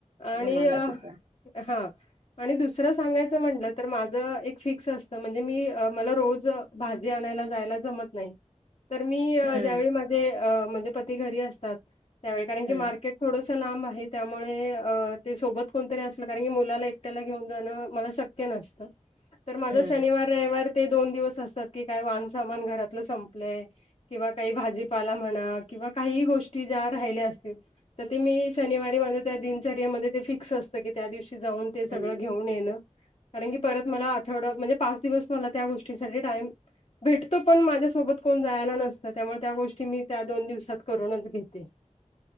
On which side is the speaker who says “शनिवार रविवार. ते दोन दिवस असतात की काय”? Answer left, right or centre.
Left